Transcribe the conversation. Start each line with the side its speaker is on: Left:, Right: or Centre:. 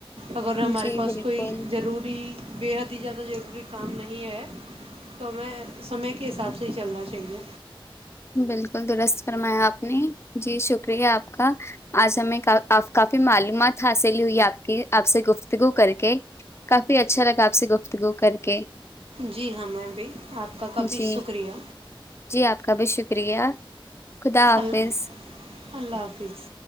Right: اگر ہمارے
Left: جی
Right: پاس
Left: بالکل
Right: کوئی ضروری بےحد ا زیادہ ضروری کام نہیں ہے تو ہمیں سمے کے حساب سے ہی چلنا چاہیے
Left: بالکل درست فرمایا آپ نے جی شکریہ آپ کا آج ہمیں آپ کافی معلومات حاصل ہوئی آپ کی آپ سے گفتگو کر کے کافی اچھا لگا آپسی گفتگو کر کے
Right: جی ہاں میں بھی آپ کا کافی
Left: جی
Right: شکریہ
Left: جی آپ کا بھی شکریہ خدا حافظ
Right: ال اللہ حافظ